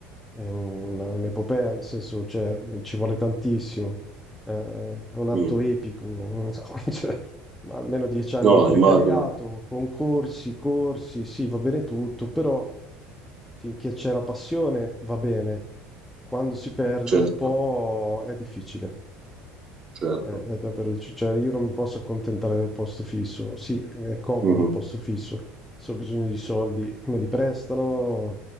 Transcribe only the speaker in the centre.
è una- un'epopea, nel senso, cioè, ci vuole tantissimo. Eh, È un atto
epico. <laughs> cioè ma almeno dieci anni
di precariato,
concorsi, corsi, sì, va bene tutto, però finché c'è la passione va bene, quando si perde
un po' è difficile.
È, è davvero, cioè io non mi posso accontentare del posto fisso. Sì, è comodo
il posto fisso. Se ho bisogno di soldi me li prestano